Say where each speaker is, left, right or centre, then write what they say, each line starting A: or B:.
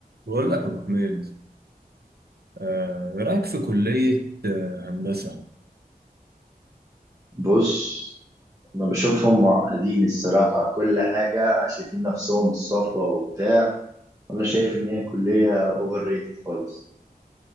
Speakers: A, on the right; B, on the right.
A: بقول لك يا ابو حميد آه، ايه رايك في كليه آه، هندسه
B: بص انا بشوف هم قاعدين الصراحه كل حاجه شايفين نفسهم الصفوه وبتاع انا شايف ان هي كليه اوفر ريتد خالص